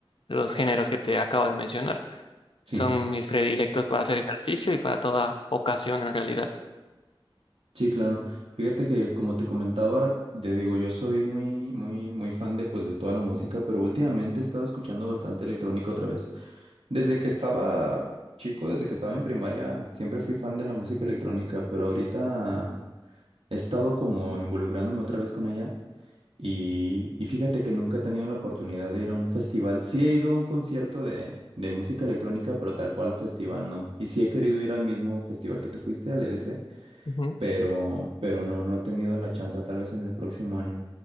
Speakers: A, on the left (about 65°); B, on the right (about 85°).
A: los géneros que te acabo de mencionar.
B: sí,
A: Son mis predilectos para hacer ejercicio y para toda ocasión en realidad.
B: sí, claro. Fíjate que como te comentaba, te digo, yo soy muy, muy, muy fan de pues de toda la música, pero últimamente he estado escuchando bastante electrónica otra vez. Desde que estaba chico, desde que estaba en primaria, siempre fui fan de la música electrónica, pero ahorita he estado como involucrándome otra vez con ella y, y fíjate que nunca he tenido la oportunidad de ir a un festival. Sí he ido a un concierto de, de música electrónica, pero tal cual a festival no. Y sí he querido ir al mismo festival que tú fuiste, al EDC,
A: Ujú.
B: pero, pero no, no he tenido la chance, tal vez en el próximo año.